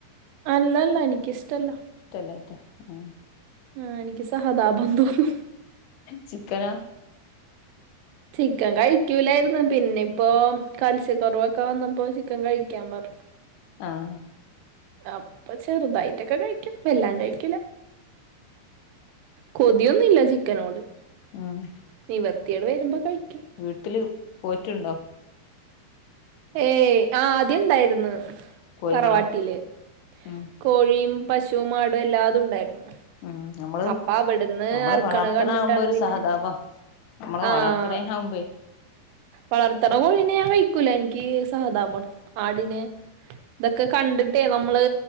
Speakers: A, on the right (about 85°); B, on the left (about 80°).
A: അല്ലല്ല എനിക്കിസ്ടല്ല
B: ടല്ലായ്ട്ട ആഹ്
A: ആഹ് എനിക്ക് സഹതാപം തോന്നും
B: ചിക്കനോ?
A: ചിക്കൻ കഴിക്കൂലായിരുന്നു പിന്നെ ഇപ്പോ കാൽസ്യക്കൊറവൊക്കെ വന്നപ്പോ ചിക്കൻ കഴിക്കാൻ പറഞ്ഞു
B: ആഹ്
A: അപ്പ ചെറുതായിട്ടൊക്കെ കഴിക്കും വല്ലാണ്ട് കഴിക്കൂല കൊതിയൊന്നുല്ല ചിക്കനോട്
B: ആഹ്
A: നിവർത്തിയേട് വരുമ്പോ കഴിക്കും
B: വീട്ടില് പോറ്റ്ണ്ടോ?
A: ഏയ് അ ആദ്യണ്ടായിരുന്നു
B: കോഴികളോ
A: തറവാട്ടില്
B: ഉം
A: കോഴിയും പശുവും ആടും എല്ലാതുംണ്ടായിരുന്നു
B: ഉം നമ്മള്
A: അപ്പവിടുന്ന്
B: നമ്മള്
A: അറക്കണ
B: വളർത്തണാകുമ്പോ
A: കണ്ടിട്ടാണ്
B: ഒരു
A: പിന്നെ
B: സഹതാപ നമ്മള്
A: ആഹ്
B: വളർത്തണേനാവുമ്പേ
A: വളർത്തണ കോഴിനെ ഞാൻ കഴിക്കൂല എനിക്കീ സഹതാപ ആടിനെ തൊക്കെ കണ്ടിട്ടേ നമ്മള്